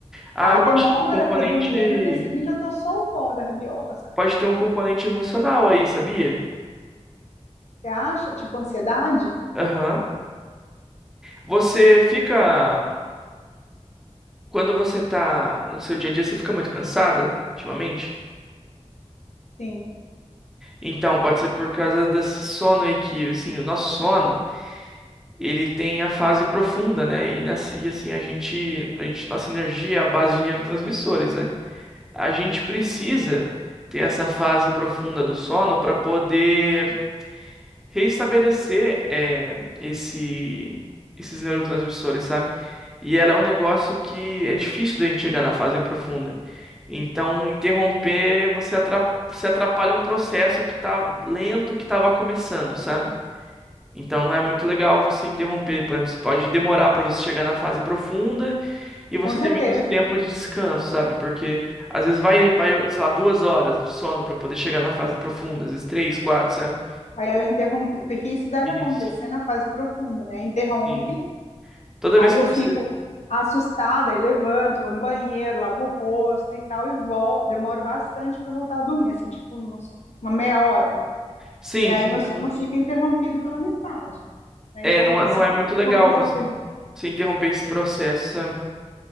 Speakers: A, in the centre; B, on the left.
A: Ah,
B: Aí
A: pode
B: demora
A: ter um componente.
B: para dormir, aí no dia seguinte eu tô só o pó da rabiola, sabe?
A: pode ter um componente emocional aí, sabia?
B: Você acha? Tipo ansiedade?
A: Aham. Você fica. Quando você tá no seu dia a dia, você fica muito cansada, ultimamente?
B: Sim,
A: Então, pode ser por causa desse sono aí que, assim, o nosso sono, ele tem a fase profunda, né? E, nessa, e assim, a gente, a gente, nossa energia é a base de neurotransmissores, né? A gente precisa ter essa fase profunda do sono para poder reestabelecer é, esse, esses neurotransmissores, sabe? E ela é um negócio que é difícil da gente chegar na fase profunda. Então, interromper, você atra- você atrapalha um processo que tá lento, que tava começando, sabe? Então, não é muito legal você interromper. Por exemplo, você pode demorar para você chegar na fase profunda e você
B: com certeza.
A: ter menos tempo de descanso, sabe? Porque às vezes vai, vai, sei lá, duas horas de sono para poder chegar na fase profunda, às vezes três, quatro, sabe?
B: Aí ela interrompe, porque isso deve
A: Isso.
B: acontecer na fase profunda, né? Interrompe
A: Sim. Toda
B: Aí
A: vez que
B: eu
A: você.
B: fico assustada e levanto, vou no banheiro, lavo o rosto e tal, e volto. Demoro bastante para voltar a dormir, assim, tipo uns- uma meia hora.
A: Sim,
B: Né? Aí
A: sim.
B: meu sono
A: Não...
B: fica interrompido pela metade. né?
A: É,
B: Então,
A: não, é-
B: assim,
A: não é muito legal
B: sono profundo.
A: você, você interromper esse processo, sabe?